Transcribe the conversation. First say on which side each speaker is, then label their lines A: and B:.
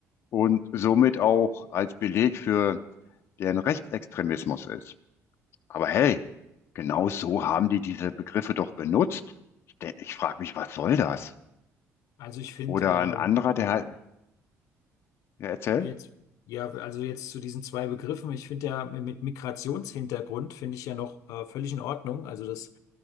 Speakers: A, on the left (about 50°); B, on the left (about 80°).
A: und somit auch als Beleg für der ein Rechtsextremismus ist. Aber hey, genau so haben die diese Begriffe doch benutzt. Ich, de- ich frage mich, was soll das?
B: Also ich finde
A: Oder
B: ähm,
A: ein anderer, der hat, ja, erzähl.
B: jetzt, ja, also jetzt zu diesen zwei Begriffen, ich finde ja mit Migrationshintergrund finde ich ja noch äh, völlig in Ordnung. Also das